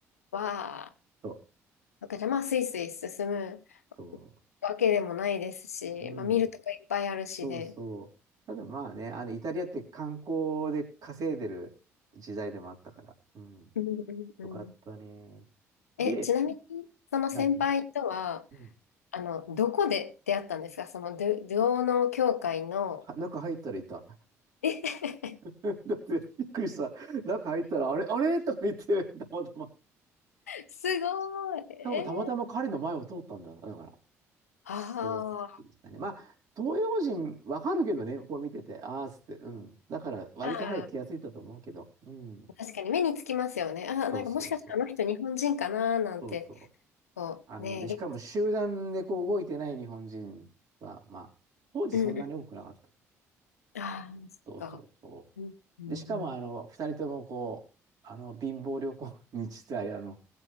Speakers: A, on the left (about 85°); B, on the right (about 50°).
A: ー、わあ。
B: そう、
A: なんかじゃあまあ、スイスイ進む
B: そ
A: わけでもないですし、
B: う、うん、
A: まあ、見るとこいっぱいあるしで。
B: そうそう。ただまあね、あの、イタリアって観光で稼いでる時代でもあったから、うん、
A: うんうんうん
B: よかったね。で、
A: え、ちなみに、その先輩とは、
B: 何うん。
A: あの、どこで出会ったんですかその、ドゥ、ドゥオの教会の、
B: は中入ったらいた。
A: え、<laughs>
B: <laughs> だってびっくりした。中入ったら、あれ、あれとか言って、たまたま。し
A: すごい。えー、
B: かもたまたま彼の前を通ったんだ。だから。
A: あ
B: そう、びっくりしたね。まあ、東洋人わかるけどね、こう見てて、ああ、つって、うん。だから、割と早く気がついたと思うけど、
A: ーあ
B: うん。
A: ー、確かに目につきますよね。あー、
B: そうそうそう。
A: なんかもしかしてあの人日本人かななんて、
B: そうそう。
A: こう、
B: あの、
A: ね、
B: で、
A: げ、
B: しかも集団でこう動いてない日本人は、まあ、当時そんなに多くなかった。
A: うんうん。ああ、そっか。
B: そうそうそ
A: うん、うんうん
B: う。で、しかも、あの、二人ともこう、あの、貧乏旅行に実いあの、